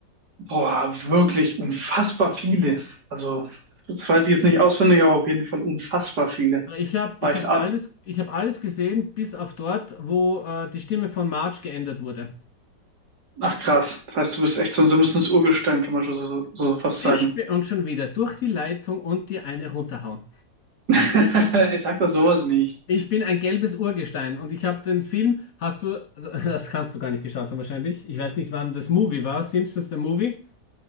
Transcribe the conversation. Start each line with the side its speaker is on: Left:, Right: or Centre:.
Right: boah, wirklich unfassbar viele. Also das weiß ich jetzt nicht auswendig, aber auf jeden Fall unfassbar viele.
Left: Ich habe
Right: War
Left: ich
Right: echt
Left: hab alles, ich hab alles gesehen, bis auf dort, wo äh, die Stimme von Marge geändert wurde.
Right: Ach krass, das heißt, du bist echt so ein simples Urgestein, kann man schon so, so, so fast
Left: Ich
Right: sagen.
Left: bin, und schon wieder durch die Leitung und dir eine runterhauen.
Right: <laughs> Ich sag doch sowas nicht.
Left: Ich bin ein gelbes Urgestein und ich habe den Film, hast du, das kannst du gar nicht geschaut haben wahrscheinlich. Ich weiß nicht, wann das Movie war, Simpsons the Movie,